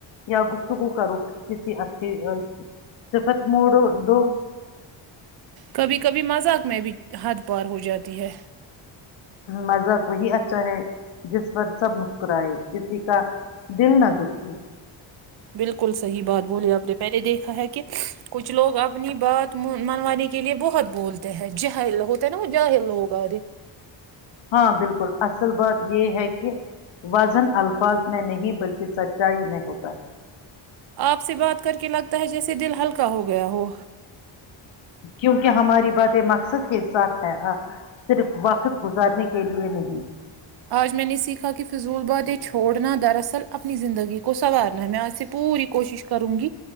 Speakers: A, on the left; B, on the right.
A: یا گفتگو کرو کسی اھی صفت موڑ دو
B: کبھی کبھی مذاق میں بھی حد پار ہو جاتی ہے
A: مذاق وہی اچھا ہے جس پر سب مسکرائے کسی کا دل نہ دکھیے
B: بالکل صحیح بات بولی آپ نے میں نے دیکھا ہے کہ کچھ لوگ اپنی بات منوانے کے لے بہت بولتے ہیں جر ہوتا ہے نا وہ جاہر لوگ آدے
A: ہاں بالکل اصل بات یہ ہے کہ وزن الفاظ میں نہیں بلکہ سچ اچائی میں ہوتا ہے
B: آپ سے بات کر کے لگتا ہے جیسے دل ہلکا پکا ہو گیا وہ
A: کیونکہ ہماری مقصد کےس سکھ ہے ہاں صرف وقت گزارنے کے لیے نہیں
B: آج میں نے سیکھا کہ فضول باد یہ چھوڑنا دراصل اپنی زندگی کو سنوارنا ہے میں آج سے پوری کوشش کروں گی